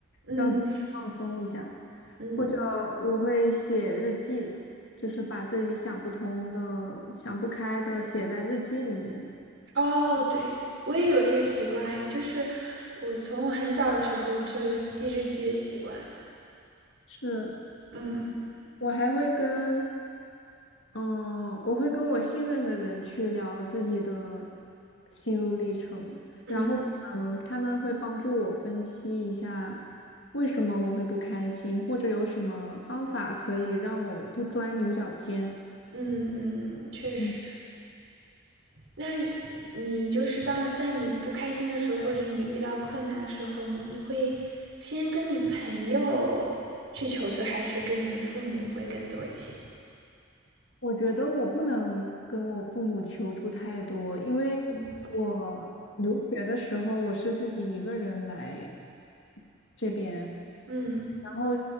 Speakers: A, on the right; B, on the left.
A: 嗯
B: 让自己放松一下，
A: 嗯，
B: 或者我会写日记，就是把自己想不通的、想不开的写在日记里面。
A: 哦，对，我也有这个习惯，哎，就是我从我很小的时候就有记日记的习惯。
B: 是，
A: 嗯
B: 我还会跟嗯，我会跟我信任的人去聊自己的心路历程，
A: 嗯
B: 然后可能他们会帮助我分析一下为什么我会不开心，或者有什么方法可以让我不钻牛角尖。
A: 嗯嗯，确实。
B: 嗯。
A: 那你就是当在你不开心的时候，或者你遇到困难的时候，你会先跟你朋友去求助，还是跟你的父母会更多一些？
B: 我觉得我不能跟我父母求助太多，因为我留学的时候我是自己一个人来
A: 嗯。
B: 这边，
A: 嗯，
B: 然后